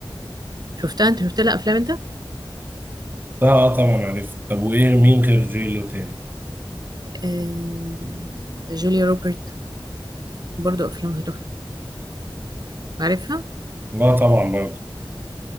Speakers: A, on the right; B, on the right.
A: شفتها أنت شفت لها أفلام أنت
B: لا آه طبعا عارف طب وإيه مين غير جيلو تاني؟
A: آه، جوليا روبرت برضو أفلامها تحفة عارفها
B: لا طبعا برضه